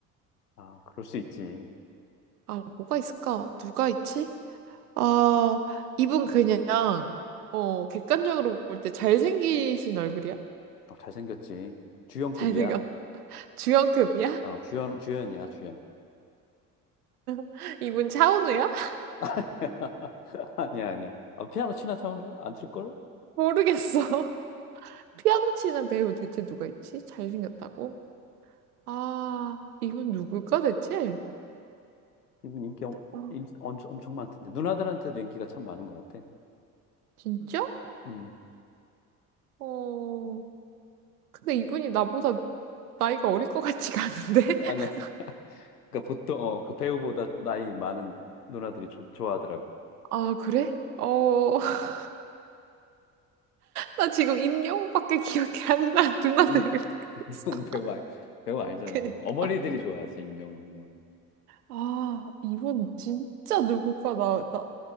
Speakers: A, on the left (about 85°); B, on the right (about 75°).
A: 아, 그럴 수 있지.
B: 아, 뭐가 있을까? 누가 있지? 아, 이분 그냥, 어, 객관적으로 볼 때 잘생기신 얼굴이야?
A: 어, 잘생겼지. 주연급이야.
B: 잘생겼. 주연급이야?
A: 어, 주연, 주연이야, 주연.
B: <laughs> 이분 차은우야? <laughs>
A: <laughs> 아니야, 아니야. 아, 피아노 치나 차오는 거? 안 칠걸?
B: 모르겠어. 피아노 치는 배우 대체 누가 있지? 잘생겼다고? 아, 이분 누굴까 대체?
A: 이분 인기 엄,
B: 아,
A: 임- 엄- 엄청 많던데 누나들한테도 인기가 참 많은 것 같아.
B: 진짜?
A: 음
B: 어, 근데 이분이 나보다 나이가 어릴 것 같지가 않은데? <laughs>
A: 아니야. <laughs> 그러니까 보통 어, 그 배우보다 나이 많은 누나들이 조- 좋아하더라고.
B: 아, 그래? 어, <laughs> 나 지금 임영웅밖에 기억이 안 나. 누나 되는
A: 임-
B: 거였어.
A: <laughs> 임영웅 배우 아니, 배우 아니잖아.
B: 그니까.
A: 어머니들이 좋아하지 임영웅은.
B: 아, 이분 진짜 누굴까? 나, 나,